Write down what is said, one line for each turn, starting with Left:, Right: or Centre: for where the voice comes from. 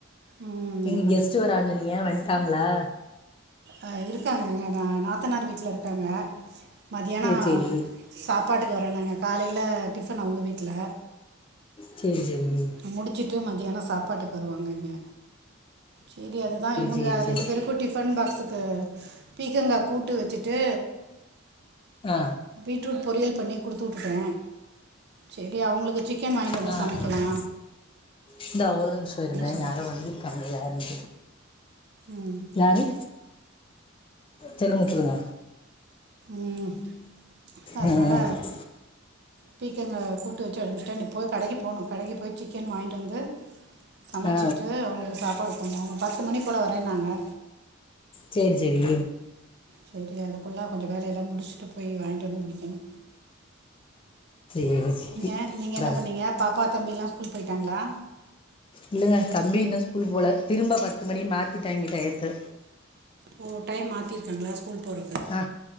Right: ம்,
Left: நீங்க கெஸ்ட்டு வராங்னு சொன்னிங்க வன்ட்டாங்களா
Right: ஆ இருக்காங்க எங்க நாத் தனார் வீட்ல இருக்காங்க மதியானோ
Left: சேரி சேரி
Right: சாப்ட்டுக்கு வரேனாங்க காலையில டிஃபன் அவுங்க வீட்ல
Left: செரி செரி
Right: முடிச்சிட்டு மதியானோ சாப்பாட்டுக்கு வருவாங்க இங்கே சேரி அது தா இவங்க
Left: சேரி சேரி
Right: ரெண்டு பேர கூட்டிட் டிபன் பாக்ஸுக்கு பீக்கங்கா கூட்டு வெச்சிட்டு
Left: ஆ
Right: பீட்ரூட் பொரியல் பண்ணி குடுத்து வுட்டுட்டே செரி அவங்களுக்கு சிக்கன் வாங்கிட்டு வந்து
Left: ஆ ஆ
Right: சமைக்கலா
Left: இந்தா ஓரு நிமிசோ இருங்க
Right: சொல்லி
Left: யாரோ வந்துக்காங்க யாருனு
Right: ம்
Left: யாரி சொல்லுங்க சொல்லுங்க
Right: ம் அதனால
Left: ஆ ஆ
Right: பீக்கங்கா கூட்டு வச்சு அனுப்சிட்டே இப்போ கடைக்கி போனு கடைக்கு போய் சிக்கன் வாங்கிட்டு வந்து சமைச்சிட்டு
Left: ஆ
Right: அவங்களுக்கு சாப்பாடு போடணு அவுங்க பத்து மணி போல வரேன்னாங்க
Left: செரி செரி
Right: செரி அதுக்குள்ள கொஞ்சோ வேலையெல்லா முடிச்சிட்டு போய் வாங்கிட்டு வந்து முடிக்கணோ
Left: <unintelligible>
Right: ஏ நீங்க
Left: இந்தா
Right: என்ன பண்ணீங்க பாப்பா தம்பிலா ஸ்கூல் போயிட்டாங்களா
Left: இல்லைங்க தம்பி இன்னோ ஸ்கூல்க்கு போகல திரும்ப பத்து மணி மாத்திட்டாங்க டைம்
Right: ஓ டைம் மாத்திற்காங்கலா ஸ்கூல் போற
Left: ஆ